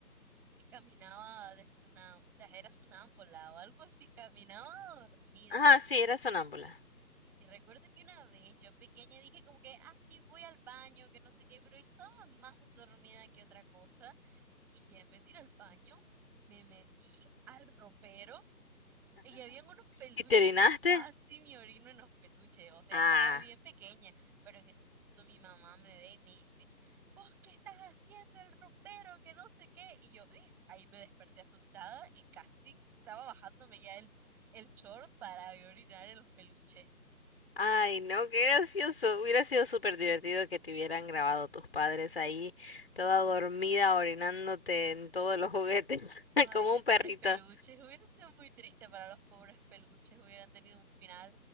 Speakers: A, in the centre; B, on the left (about 35°).
A: que caminaba de sunam, era sonámbula o algo así, caminaba dormida.
B: Ah, sí, eras sonámbula.
A: Y recuerdo que una vez yo pequeña dije como que, ah, sí, voy al baño, que no sé qué, pero estaba más dormida que otra cosa. Y en vez de ir al baño, me metí al ropero y habían unos peluches
B: ¿Y te orinaste?
A: y casi me orino en los peluches. O sea,
B: Ah,
A: estaba bien pequeña, pero en eso justo mi mamá me ve y me dice, ¿vos qué estás haciendo el ropero? Que no sé qué. Y yo, "Uy". ahí me desperté asustada y casi estaba bajándome ya el, el short para ir a orinar en los peluches.
B: ay, no, qué gracioso. Hubiera sido súper divertido que te hubieran grabado tus padres ahí, toda dormida, orinándote en todos los juguetes, <laughs>
A: Ay,
B: como
A: mis
B: un perrito.
A: pobres peluches. Hubiera sido muy triste para los pobres peluches. Hubieran tenido un final